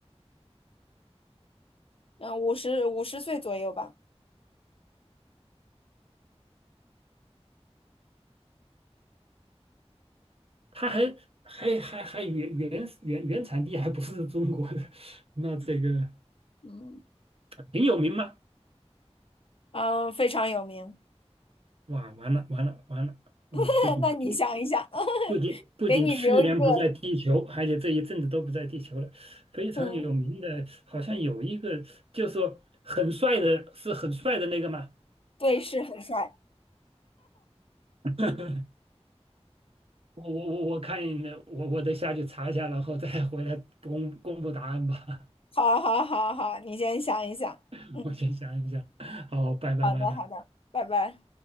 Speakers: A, on the left; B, on the right.
A: 嗯，五十五十岁左右吧，
B: 他还还还还原原原原产地还不是中国的，那这个
A: 嗯，
B: 挺有名吗？
A: 嗯，非常有名，
B: 哇，完了完了完了，我不仅听
A: <laughs> 那你想一想，<laughs>
B: 不仅不仅去年不在地球，
A: 给你留一个。
B: 而且这一阵子都不在地球了。非常有名的，
A: 嗯。
B: 好像有一个，就说很帅的，是很帅的那个嘛。
A: 对，是很帅。
B: <laughs> 我我我我看我我得下去查一下，然后再回来公公布答案吧。
A: 好，好，好，好，你先想一想。
B: <laughs>
A: 嗯，
B: 我先想一想。好，拜拜拜拜。
A: 好的，好的，拜拜。